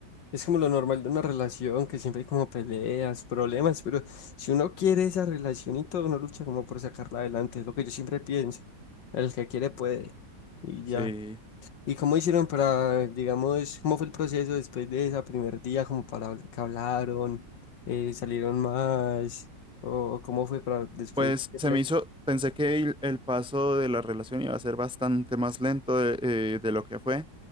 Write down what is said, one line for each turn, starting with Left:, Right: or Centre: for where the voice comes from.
Left: Es como lo normal de una relación, que siempre hay como peleas, problemas, pero si uno quiere esa relación y todo, uno lucha como por sacarla adelante, es lo que yo siempre pienso. El que quiere puede, y ya.
Centre: Sí.
Left: ¿Y cómo hicieron para, digamos, cómo fue el proceso después de ese primer día, como para habl- que hablaron, eh, salieron más, o cómo fue para después
Centre: Pues
Left: decirle?
Centre: se me hizo, pensé que el, el paso de la relación iba a ser bastante más lento de, eh, de lo que fue,